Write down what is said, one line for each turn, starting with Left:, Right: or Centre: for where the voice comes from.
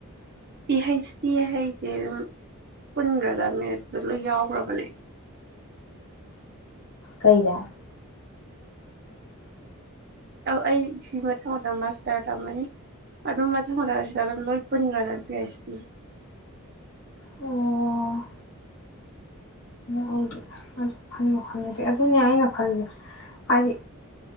Right: ꯄꯤ ꯍꯩꯆ ꯇꯤ ꯍꯩꯁꯦ ꯗꯨꯝ ꯄꯨꯟꯈ꯭ꯔꯗꯕꯅꯦ ꯑꯗꯨꯗ ꯂꯣꯏ ꯌꯥꯎꯈ꯭ꯔꯕꯅꯦ
Left: ꯀꯩꯗ
Right: ꯑꯩ ꯁꯤ ꯃꯊꯪ ꯃꯊꯪ ꯃꯥꯁꯇꯔ ꯇꯝꯃꯅꯤ ꯑꯗꯨꯝ ꯃꯊꯪ ꯃꯊꯪ ꯁꯤꯗ ꯑꯗꯨꯝ ꯂꯣꯏ ꯄꯨꯟꯒ꯭ꯔꯗꯝꯅꯤ ꯄꯤ ꯑꯩꯆ ꯗꯤ
Left: ꯑꯣ ꯑꯩꯗꯤ ꯑꯗꯨ ꯈꯟꯕꯨ ꯈꯜꯂꯨꯗꯦ ꯑꯗꯨꯅꯦ ꯑꯩꯅ ꯈꯜꯂꯤꯁꯦ ꯍꯥꯏꯗꯤ